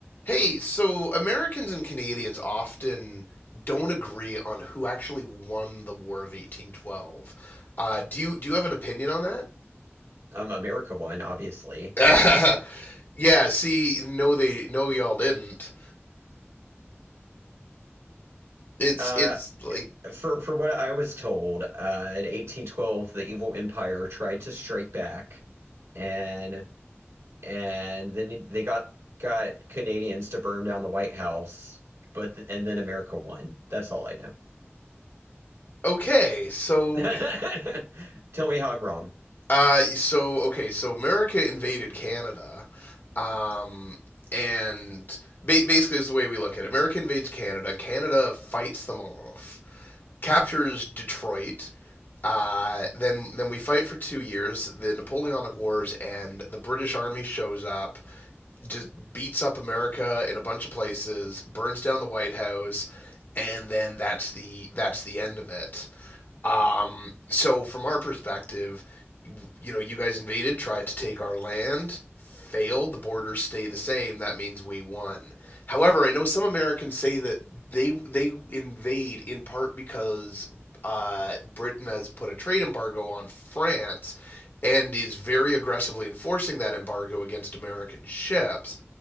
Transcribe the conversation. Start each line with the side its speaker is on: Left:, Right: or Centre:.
Left: Hey, so Americans and Canadians often don't agree on who actually won the War of 1812. Uh, do you do you have an opinion on
Right: um, America won, obviously.
Left: that? <laughs> Yeah, see, no they no y'all didn't. It's
Right: Uh,
Left: it's like
Right: for for what I was told, uh, in 1812, the evil empire tried to strike back, and and then they got got Canadians to burn down the White House, but and then America won. That's all I know.
Left: okay, so
Right: <laughs> Tell me how I'm wrong.
Left: uh so okay, so America invaded Canada. Um and ba basically it's the way we look at it. America invades Canada, Canada fights them off. captures Detroit. Uh, then then we fight for two years. The Napoleonic Wars and the British Army shows up, just beats up America in a bunch of places, burns down the White House, and then that's the that's the end of it. Um, so from our perspective, you know, you guys invaded, tried to take our land, failed. The borders stay the same. That means we won. However, I know some Americans say that they they invade in part because uh, Britain has put a trade embargo on France and is very aggressively enforcing that embargo against American ships.